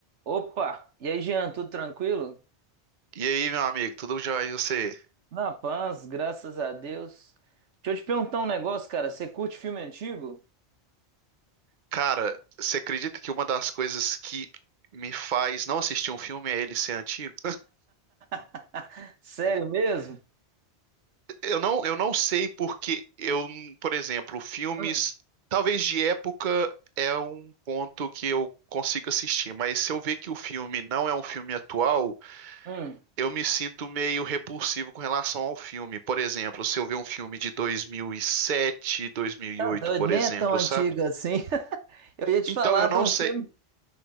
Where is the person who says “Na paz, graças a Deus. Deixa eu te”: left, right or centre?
Right